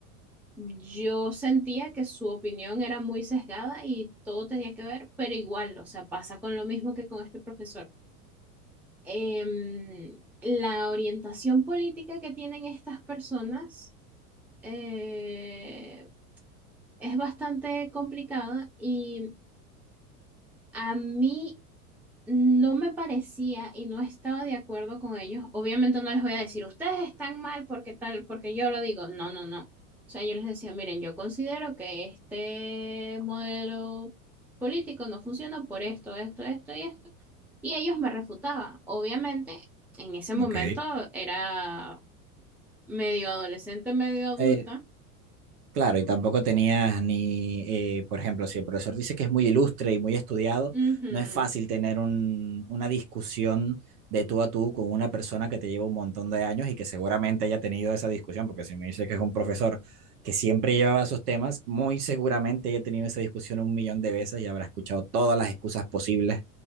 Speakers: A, in the centre; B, on the right.
A: Yo sentía que su opinión era muy sesgada y todo tenía que ver, pero igual, o sea, pasa con lo mismo que con este profesor. Em, la orientación política que tienen estas personas eh, es bastante complicada y a mí no me parecía y no estaba de acuerdo con ellos. Obviamente no les voy a decir, ustedes están mal porque tal, porque yo lo digo. No, no, no. O sea, yo les decía, miren, yo considero que este modelo político no funciona por esto, esto, esto y esto. Y ellos me refutaban. Obviamente, en ese momento
B: Ok.
A: era medio adolescente, medio adulta.
B: Eh, Claro, y tampoco tenías ni, eh, por ejemplo, si el profesor dice que es muy ilustre y muy estudiado,
A: Ujú.
B: no es fácil tener un- una discusión de tú a tú con una persona que te lleva un montón de años y que seguramente haya tenido esa discusión, porque si me dice que es un profesor que siempre llevaba esos temas, muy seguramente haya tenido esa discusión un millón de veces y habrá escuchado todas las excusas posibles